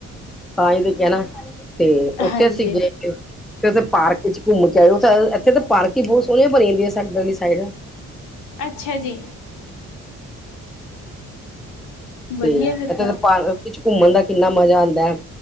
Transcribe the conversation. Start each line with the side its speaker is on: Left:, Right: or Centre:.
Centre: ਤਾਂ ਹੀ ਤੇ ਕਹਿਣਾ ਤੇ ਉੱਥੇ
Left: ਹਾਂਜੀ
Centre: ਅਸੀਂ ਗਏ ਫਿਰ ਉੱਥੇ ਪਾਰਕ ਚ ਘੁੰਮ ਕੇ ਆਏਓ ਓਥੇ ਇੱਥੇ ਤਾਂ ਪਾਰਕ ਹੀ ਬਹੁਤ ਸੋਹਣੀਆਂ ਬਣੀ ਦੀਆਂ ਸਾਡੀ ਗਲੀ ਸਾਈਡ
Left: ਅੱਛਾ ਜੀ ਵਧੀਆ
Centre: ਤੇ
Left: ਫਿਰ
Centre: ਇੱਥੇ
Left: ਤਾਂ
Centre: ਤਾ ਪਾਰਕ ਵਿੱਚ ਘੁੰਮਣ ਦਾ ਕਿੰਨਾ ਮਜ਼ਾ ਆਉਂਦਾ ਹੈ